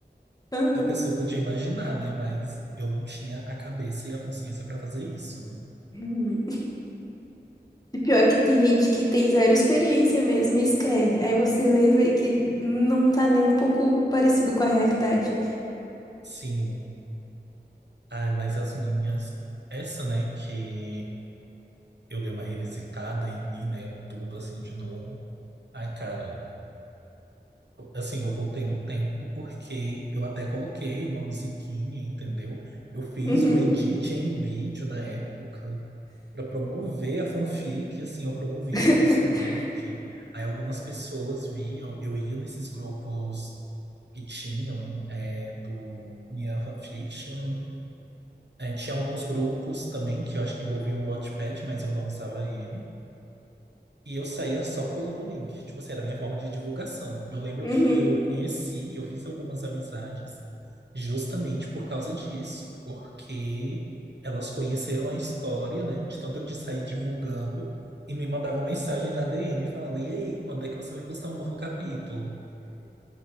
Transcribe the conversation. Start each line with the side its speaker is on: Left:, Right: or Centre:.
Left: Aham.
Right: A pessoa podia imaginar, né? Mas eu não tinha a cabeça e a consciência para fazer isso, né?
Left: Uhum. E pior que tem gente que tem zero experiência mesmo e escreve. Aí você lê e vê que não tá nem um pouco parecido com a realidade.
Right: Sim. Ai, mas as minhas. Essa, né? Que eu dei uma revisitada e li, né? Tudo assim de novo. Ai, cara. Assim, eu voltei no tempo porque eu até coloquei uma musiquinha, entendeu? Eu fiz
Left: Uhum.
Right: um edit em vídeo na época. para promover a fanfic, assim, eu promovia
Left: <laughs>
Right: no Facebook. Aí algumas pessoas viam, eu ia nesses grupos que tinham é, do Nyan Fanfiction. É, tinha alguns grupos também que eu acho que envolviam o Wattpad, mas eu não usava ele. E eu saía só colando o link. Tipo assim, era a minha forma de divulgação. Eu lembro
Left: Uhum.
Right: que eu conheci, eu fiz algumas amizades justamente por causa disso. Porque elas conheceram a história, né? De tanto eu de sair divulgando e me mandavam mensagem na DM falando: E aí, quando é que você vai postar um novo capítulo?